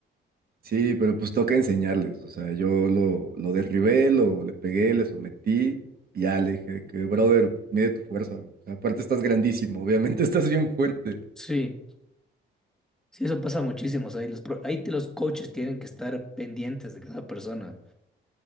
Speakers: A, on the right; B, in the centre.
A: Sí, pero pues toca enseñarles. O sea, yo lo, lo derribé, lo, le pegué, le sometí y ya le dije que, brother, mide tu fuerza. güey. O sea, aparte estás grandísimo, obviamente <laughs> estás bien fuerte.
B: Sí, sí, eso pasa muchísimo. O sea, y los, pro- ahí te- los coaches tienen que estar pendientes de cada persona.